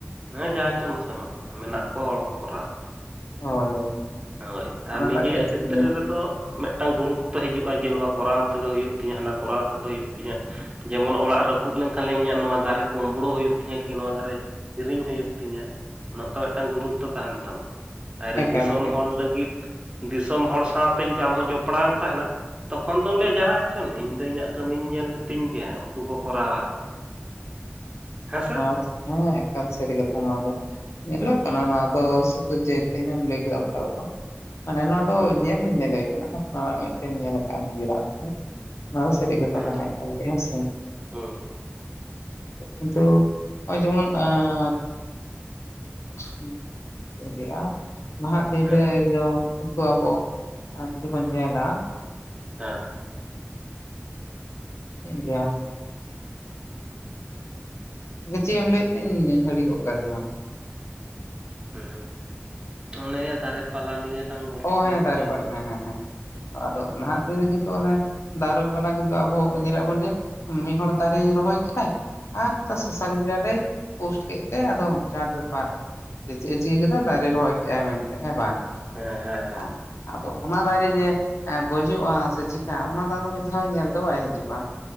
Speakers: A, on the right; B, on the left.
A: ᱦᱮᱸ ᱡᱟᱦᱟᱸ ᱦᱚᱪᱚᱱ ᱥᱮ ᱢᱟ ᱢᱮᱱᱟᱜ ᱠᱚᱣᱟ ᱦᱚᱲ ᱠᱚ ᱠᱚᱨᱟᱣᱟ ᱾
B: ᱦᱳᱭ ᱦᱳᱭ
A: ᱦᱳᱭ ᱟᱨ
B: ᱚᱱᱟᱴᱟᱜ
A: ᱱᱤᱡᱮᱭᱟᱜ
B: ᱡᱟᱹᱥᱛᱤ
A: ᱠᱷᱮᱛᱨᱮ
B: ᱢᱮᱱᱟᱜ
A: ᱨᱮᱫᱚ ᱼᱼ ᱢᱮᱜᱴᱟᱝ ᱜᱩᱨᱩᱛᱛᱚ ᱦᱤᱡᱩᱜ-ᱟ ᱡᱮ ᱱᱚᱣᱟ ᱠᱚᱨᱟᱣ ᱛᱮᱜᱮ ᱦᱩᱭᱩᱜ ᱛᱤᱧᱟᱹ ᱦᱟᱱᱟ ᱠᱚᱨᱟᱣᱼᱼ <inaudible> ᱛᱤᱧᱟᱹ ᱡᱮᱢᱚᱱ ᱚᱲᱟᱜ ᱨᱟᱹᱯᱩᱫ ᱞᱮᱱᱠᱷᱟᱱᱮ ᱤᱧᱟᱜ ᱱᱚᱣᱟ ᱫᱟᱨᱮ ᱠᱳᱢᱵᱳᱲᱳ ᱦᱩᱭᱩᱜ ᱛᱤᱧᱟ ᱠᱤ ᱱᱚᱣᱟ ᱫᱟᱨᱮ‌‌‍ ᱠᱤᱨᱤᱧ ᱦᱩᱭᱩᱜ ᱛᱤᱧᱟᱹ ᱱᱚᱝᱠᱟᱱᱟᱜ ᱢᱤᱫ ᱴᱟᱝ ᱜᱩᱨᱩᱛᱛᱚ ᱛᱟᱦᱮᱱ ᱛᱟᱢᱟ ᱟᱨ
B: ᱮᱠᱟᱞ
A: ᱫᱤᱥᱚᱢ
B: ᱮᱠᱟᱞ
A: ᱦᱚᱲ ᱞᱟᱹᱜᱤᱫ ᱫᱤᱥᱚᱢ ᱦᱚᱲ ᱥᱟᱣᱛᱮ ᱡᱩᱫᱤ ᱟᱢᱦᱚᱸ ᱡᱚᱯᱲᱟᱣᱮᱢ ᱛᱟᱦᱮᱱᱟ ᱛᱚᱠᱷᱚᱱ ᱫᱚᱢ ᱞᱟᱹᱭᱟ ᱡᱟᱦᱟᱸ ᱦᱚᱸᱪᱚᱱ ᱤᱧ ᱫᱚ ᱤᱧᱟᱜ ᱠᱟᱹᱢᱤᱧ ᱧᱮᱞ ᱞᱤᱛᱤᱧ ᱜᱮ ᱩᱱᱠᱩ ᱠᱚ ᱠᱚᱨᱟᱣᱟ ᱦᱮᱸᱥᱮ
B: ᱦᱩᱸ <inaudible> ᱮᱠᱟᱞ ᱥᱟᱹᱨᱤ ᱠᱟᱛᱷᱟ ᱱᱚᱣᱟ ᱫᱚ ᱧᱮᱞᱚᱜ
A: ᱦᱩᱸ
B: ᱠᱟᱱᱟ ᱱᱚᱣᱟ <inaudible> ᱥᱩᱫᱷᱩ ᱡᱮ ᱛᱮᱦᱮᱧᱮᱢ ᱞᱟᱹᱭ ᱠᱮᱫᱟ ᱚᱱᱠᱟ ᱫᱚ ᱵᱟᱝ ᱢᱟᱱᱮ ᱱᱚᱣᱟ ᱫᱚ
A: ᱦᱩᱸ
B: ᱧᱮᱞ ᱦᱚᱸ ᱧᱮᱞᱮ <inaudible> ᱟᱯᱱᱟᱨᱟᱜ ᱢᱮᱫᱛᱮᱢ ᱧᱮᱞ ᱟᱠᱟᱜ-ᱟ ᱱᱤᱡᱮᱨᱟᱜ ᱛᱮ ᱱᱚᱣᱟ ᱫᱚ ᱥᱟᱹᱨᱤ ᱠᱟᱛᱷᱟ
A: ᱦᱮᱸ
B: ᱠᱟᱱᱟ ᱮᱠᱟᱞᱜᱮ ᱦᱮᱸ ᱥᱮ
A: <inaudible>
B: ᱠᱤᱱᱛᱩ ᱚᱭ ᱡᱮᱢᱚᱱ ᱮᱸ <unintelligible> ᱪᱮᱜ ᱮᱢ ᱞᱟᱹᱭᱮᱜ-ᱟ ᱱᱟᱦᱟᱜ ᱫᱤᱱ
A: ᱦᱮᱸ
B: ᱨᱮ <inaudible> ᱟᱵᱚ ᱟᱨ ᱡᱩᱫᱤ ᱵᱚᱱ ᱧᱮᱞᱟ
A: ᱦᱮᱸ
B: ᱪᱮᱜ ᱤᱧ ᱞᱟᱹᱭᱟ ᱛᱟᱦᱞᱮ ᱪᱮᱫ ᱮᱢ ᱞᱟᱹᱭᱮᱫ ᱛᱤᱧ ᱦᱤᱲᱤᱧ ᱜᱚᱜ ᱠᱟᱫᱤᱧᱢᱟ
A: ᱦ ᱚᱱᱮ ᱫᱟᱨᱮ ᱯᱟᱞᱟᱞᱤᱭᱟᱹ ᱞᱟᱝ ᱜᱚᱞᱯᱷᱚᱭᱮᱫ
B: ᱚ ᱦᱮᱸ ᱫᱟᱨᱮ
A: ᱛᱟᱦᱮᱸᱫ
B: ᱯᱟᱞᱟ ᱦᱮᱸ ᱦᱮᱸ ᱦᱮᱸ
A: ᱦᱩᱸ
B: ᱟᱫᱚ ᱱᱟᱦᱟᱜ ᱫᱤᱱ ᱫᱚ ᱠᱤᱱᱛᱩ ᱚᱱᱮ ᱫᱟᱨᱩ ᱯᱟᱞᱟ ᱠᱤᱱᱛᱩ ᱟᱵᱚ ᱧᱮᱞᱟ ᱵᱚᱱ ᱡᱮ ᱢᱤᱫ ᱦᱚᱲᱚᱲ ᱫᱟᱨᱮᱭ ᱨᱚᱦᱚᱭ ᱠᱮᱫᱟᱭ ᱟᱨ ᱱᱮᱛᱟᱨ ᱥᱳᱥᱟᱞ ᱢᱤᱰᱤᱭᱟ ᱨᱮᱭ ᱯᱳᱥᱴ ᱠᱮᱫ ᱛᱮ ᱟᱫᱚᱢ ᱪᱟᱴ ᱵᱮᱯᱟᱨ ᱪᱮᱫ ᱮ ᱪᱤᱠᱟᱹ ᱠᱮᱫᱟ ᱫᱟᱨᱮ ᱨᱚᱦᱚᱭ ᱠᱮᱫᱟᱭ ᱢᱮᱱᱛᱮ ᱦᱮᱸ ᱵᱟᱝ
A: ᱦᱮ ᱦᱮ
B: <inaudible> ᱟᱫᱚ ᱚᱱᱟ ᱫᱟᱨᱮ ᱨᱮ ᱡᱮ ᱜᱚᱡᱚᱜᱼᱟ ᱥᱮ ᱪᱤᱠᱟᱹᱜᱼᱟ ᱚᱱᱟ ᱫᱟᱜ ᱫᱚ ᱢᱤᱫ ᱫᱷᱟᱣ ᱧᱮᱞ ᱫᱚ ᱵᱟᱭ ᱦᱤᱡᱩᱜᱼᱟ